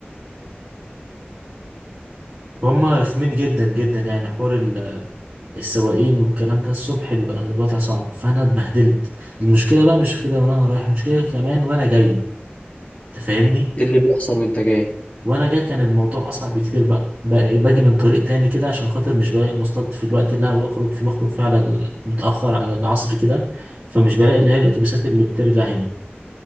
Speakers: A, on the right; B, on the left.
A: هم رخمين جدا جدا يعني حوار ال- السواقين والكلام ده الصبح بيبقى الوضع صعب فانا اتبهدلت المشكله بقى مش في كده وانا رايح المشكله كمان وانا جاي تفهمني
B: ايه اللي بيحصل وانت جاي
A: وانا جاي كان الموضوع اصعب بكتير بقى بقى- إيه، باجي من طريق تاني كده عشان خاطر مش بلاقي مصطاد في الوقت اللي انا بخرج فيه بخرج فيه على ال- متاخر على العصر كده فمش بلاقي اللي هي الاتوبيسات اللي بترجع هنا